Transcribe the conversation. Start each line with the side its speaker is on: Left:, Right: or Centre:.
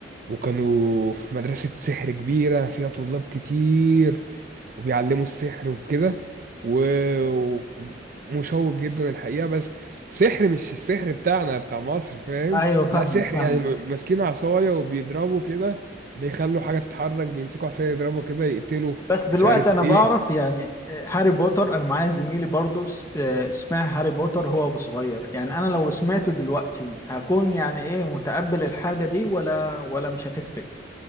Right: وكانوا في مدرسه سحر كبيره فيها طلاب كتير وبيعلموا السحر وكده و- ومشوق جدا الحقيقة بس سحر مش السحر بتاعنا بتاع مصر فاهم
Left: أيوه فاهمك
Right: لا سحر
Left: فاهمك
Right: يعني ماسكين عصاية وبيضربوا كده بيخلوا حاجة تتحرك بيمسكوا عصاية يضربوا كده يقتلوا
Left: بس دلوقتي
Right: مش عارف
Left: انا بعرف
Right: ايه
Left: يعني هاري بوتر انا معايا زميلي برضو س- آه، اسمها هاري بوتر هو أبو صغير يعني انا لو سمعته دلوقتي هكون يعني ايه متقبل الحاجة دي ولا ولا مش هتفرق